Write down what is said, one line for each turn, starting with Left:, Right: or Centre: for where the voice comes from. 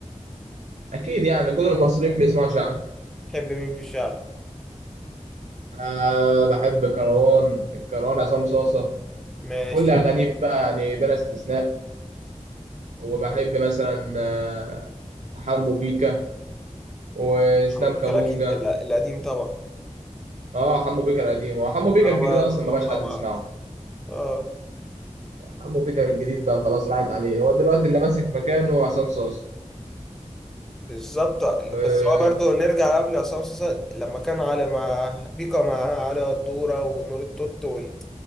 Right: أكيد يعني كل المصريين بيسمعوا شعبي
Centre: تحب مين في الشعب
Right: أه بحب كروان الكروان عصام صاصة
Centre: ماشي
Right: كل أغانيه بقى يعني بلا استثناء وبحب مثلا آه، حمو بيكا وإسلام
Centre: حمو بيكا
Right: كابونجا
Centre: الأكيد ال- القديم طبعا
Right: اه حمو بيكا القديم هو حمو بيكا
Centre: كانوا
Right: الجديد
Centre: بقى
Right: أصلا
Centre: كلهم
Right: ما بقاش
Centre: مع
Right: حد
Centre: بعض
Right: يسمعه
Centre: اه
Right: حمو بيكا الجديد بقى خلاص راحت عليه هو دلوقتي اللي ماسك مكانه عصام صاصة
Centre: بالظبط
Right: و...
Centre: بس هو برضه نرجع قبل عصام صاصا لما كان علي مع بيكا مع علي الدورة ونور التوت وال-